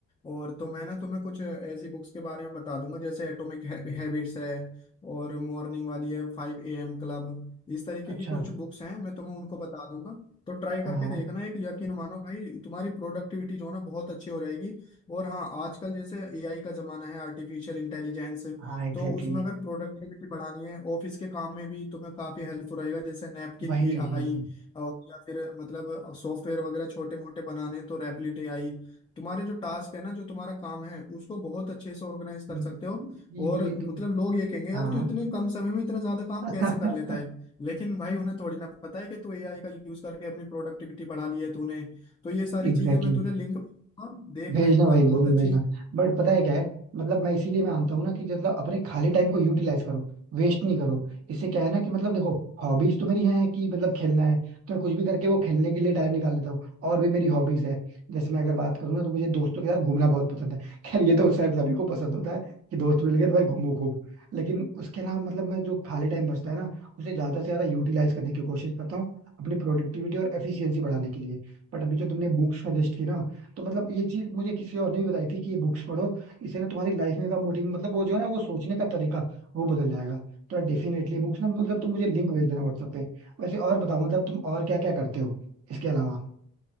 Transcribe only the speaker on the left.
और तो मैं ना तुम्हें कुछ ऐसी बुक्स के बारे में बता दूंगा जैसे एटॉमिक हैबिट्स है और मॉर्निंग वाली है फाइव ए एम क्लब इस तरीके
की कुछ बुक्स हैं मैं तुम्हें उनको बता दूंगा तो ट्राई करके
देखना एक यकीन मानो भाई तुम्हारी प्रोडक्टिविटी जो है ना बहुत अच्छी हो जाएगी और हाँ आजकल जैसे एआई का जमाना है आर्टिफिशियल इंटेलिजेंस
तो उसमें अगर प्रोडक्टिविटी बढ़ानी है ऑफिस के काम में भी तुम्हें काफी हेल्पफुल रहेगा जैसे नैपकिन
एआई
और या फिर मतलब सॉफ्टवेयर वगैरह छोटे मोटे बनाने हैं, तो रैपलिट एआई तुम्हारे जो टास्क है ना जो तुम्हारा काम है उसको बहुत अच्छे से ऑर्गेनाइज कर
सकते हो
और
मतलब लोग ये कहेंगे यार
तू इतने कम समय में इतना ज्यादा काम
कैसे कर लेता है लेकिन भाई उन्हें थोड़ी ना पता है कि तू एआई का यूज करके अपनी प्रोडक्टिविटी बढ़ा ली है तूने तो ये सारी
चीजें मैं तुझे लिंक भेजूंगा, देखना
एक
बार बहुत
अच्छी